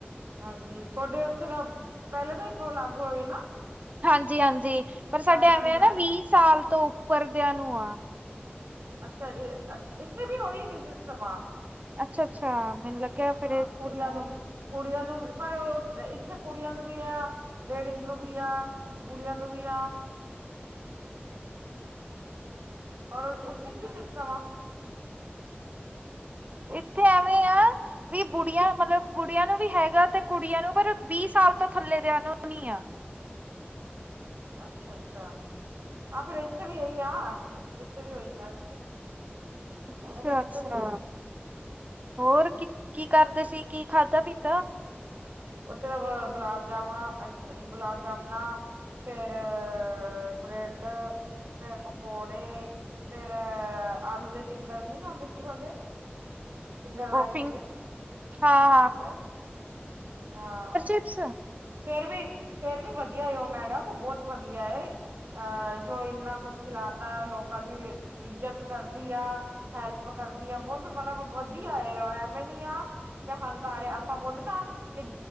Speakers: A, on the right; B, on the right.
A: ਹਾਂਜੀ ਤੁਹਾਡੇ ਉੱਥੇ ਤਾਂ ਪਹਿਲੇ ਤਾਂ ਹੀ ਲਾਗੂ ਹੋਏ ਨਾ
B: ਹਾਂਜੀ ਹਾਂਜੀ ਪਰ ਸਾਡੇ
A: ਲਾੜਕੀ
B: ਐਵੇਂ
A: ਬਹਿਣ
B: ਆ ਨਾ ਵੀਹ ਸਾਲ ਤੋਂ ਉੱਪਰਦਿਆਂ ਨੂੰ ਆ-
A: ਅੱਛਾ ਅੱਛਾ ਇੱਥੇ ਵੀ ਉਹੀ ਸਿਸਟਮ ਆ
B: ਅੱਛਾ ਅੱਛਾ ਮੈਨੂੰ ਲੱਗਿਆ ਫਿਰ
A: ਹਾਂ
B: ਇਸ
A: ਕੁੜੀਆਂ
B: ਤਿਹਾਰ-
A: ਨੂੰ ਕੁੜੀਆਂ ਨੂੰ ਵੀ, ਪਰ ਇੱਥੇ ਕੁੜੀਆਂ ਨੂੰ ਵੀ ਆ, ਲੇਡੀਜ਼ ਨੂੰ ਵੀ ਆ- ਬੁੜੀਆਂ, ਨੂੰ ਵੀ ਆ- <unintelligible>
B: <inaudible>
A: ਆ
B: ਇੱਥੇ, ਐਵੇਂ ਆ- ਵੀ ਬੁੜੀਆਂ ਮਤਲਬ, ਬੁੜੀਆਂ ਨੂੰ ਵੀ ਹੈਗਾ, ਤੇ ਕੁੜੀਆਂ ਨੂੰ ਪਰ ਵੀਹ ਸਾਲ ਤੋਂ ਥੱਲੇ ਦਿਆਂ ਨੂੰ ਨੀ ਆ-
A: ਅੱਛਾ, ਅੱਛਾ। ਆ ਫੇਰ ਇੱਥੇ ਵੀ ਏਈ ਆ, ਇੱਥੇ ਵੀ ਓਈ ਸੀ।
B: ਅੱਛਾ-ਅੱਛਾ,
A: ਉਹਦੇ ਕੱਪੜੇ ਦੇ ਵਿੱਚ
B: ਹੋਰ ਕੀ ਕੀ ਕਾਰਦੇ ਸੀ ਕੀ ਖਾਦ ਤਾਂ ਪਿਤਾ
A: ਓਥੇ ਬ ਗੁਲਾਬ ਜਾਮਾ ਅ ਅ, ਗੁਲਾਬ ਜਾਮਨਾ ਫੇਰ, ਬ੍ਰੇਡ ਫੇਰ ਪਕੌੜੇ, ਫੇਰ ਆਲੂ ਦੇ ਫਿੰਗਰ ਨੀ ਹੋਂਦੇ ਕੀ ਬੋਲਦੇ ਫਿੰਗਰ
B: ਓ
A: ਰਾਈਸ
B: ਫੀਂਗ,
A: ਦੇ
B: ਹਾਂ
A: ਫਿੰਗਰ ਹਾਂ।
B: <inaudible>
A: ਫੇਰ ਵੀ, ਫੇਰ ਵੀ ਵਧੀਆ, ਉਹ ਮੈਡਮ ਉਹ ਬਹੁਤ ਵਧੀਆ ਹੈ। ਅਹ ਜੋ, ਇੰਨਾ ਕੁਛ ਖਿਲਾਤਾ ਲੋਕਾਂ ਦੀ ਇੱਜਤ ਕਰਦੀ ਆ- ਹੈਲਪ ਕਰਦੀ ਆ ਬਹੁਤ ਮਤਲਬ ਵਧੀਆ, ਉਹ ਐਵੇਂ ਨੀ ਆ- ਕਿ ਹੰਕਾਰ ਏ, ਆਪਾਂ ਬੋਲੋ ਨਾ, ਕਿ